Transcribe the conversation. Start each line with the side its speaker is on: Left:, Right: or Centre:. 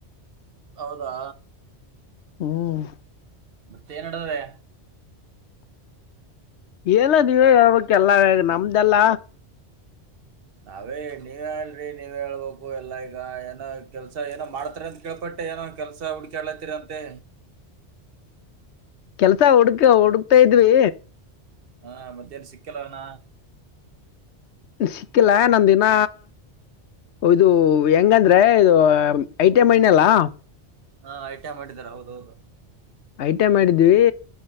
Right: ಹೌದಾ
Left: ಹ್ಮ್
Right: ಮತ್ತೇಏನ್ಡತದೆ
Left: ಏನ ನೀವೇ ಹೇಳ್ಬೇಕ ಎಲ್ಲ ನಮ್ದಲ್ಲ
Right: ನಾವೇ ನೀವೇ ಅಲ್ರಿ ನೀವ ಹೇಳ್ಬೇಕು ಎಲ್ಲ ಈಗ ಏನೋ ಕೆಲ್ಸ ಏನೋ ಮಾಡ್ತಾರ ಅಂತ ಕೇಳ್ಪಟ್ಟೆ ಏನೋ ಕೆಲ್ಸ ಹುಡ್ಕಾಳ್ಲತ್ತರ ಅಂತೆ
Left: ಕೆಲ್ಸ ಹುಡುಕ್ ಹುಡುಕ್ತಾ ಇದ್ವಿ
Right: ಹಾ ಮತ್ತೇನ್ ಸಿಕ್ಕಲ್ಲ ಅವನ
Left: ಸಿಕ್ಕಿಲ್ಲ ನಂದಿನ ಇದು ಹೆಂಗಂದ್ರೆ ಇದು ಐಟ ಮೈನ್ ಅಲ್ಲಾ
Right: ಹಾ ಐಟಾ ಮಾಡಿದಾರ ಹೌದ ಹೌದು
Left: ಐಟಾ ಮಾಡಿದ್ವಿ